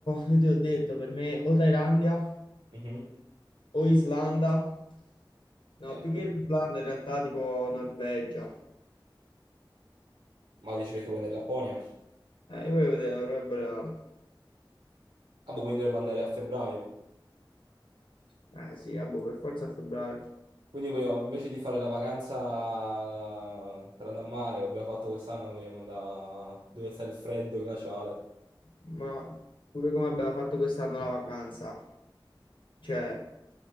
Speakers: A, on the left (about 75°); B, on the right (about 70°).
A: io ti ho detto, per me o Thailandia
B: Mhm.
A: o Islanda. No,
B: Eh,
A: più che l'Islanda in realtà tipo Norvegia.
B: Ma dici perché vuoi andare in Lapponia?
A: Eh, io voglio vedere l'aurora boreale.
B: Ah, boh, quindi dovremmo andare a febbraio.
A: Eh sì, ah, boh, per forza a febbraio.
B: Quindi vogliamo- invece di fare la vacanza eh, per andare a mare, come abbiamo fatto quest'anno, vogliamo andare dove sta il freddo glaciale.
A: Ma pure come abbiamo fatto quest'anno la vacanza, cioè